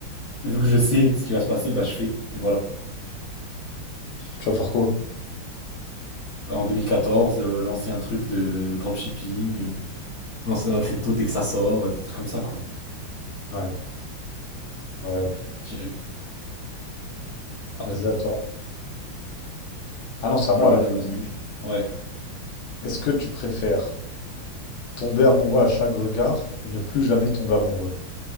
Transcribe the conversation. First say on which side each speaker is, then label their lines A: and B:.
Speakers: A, on the left; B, on the left.
A: vu que je sais ce qui va se passer, bah je fais. Et voilà.
B: Tu vas faire quoi?
A: En 2014, euh, lancer un truc de dropshipping, euh, lancer dans la crypto dès que ça sort, euh, des trucs comme ça, quoi.
B: Ouais, ouais, ok.
A: Direct. À ton
B: Vas-y,
A: tour.
B: à toi. Ah non, c'est à moi
A: Bah ouais,
B: là.
A: dans ma zone. Ouais.
B: Est-ce que tu préfères tomber amoureux à chaque regard ou ne plus jamais tomber amoureux?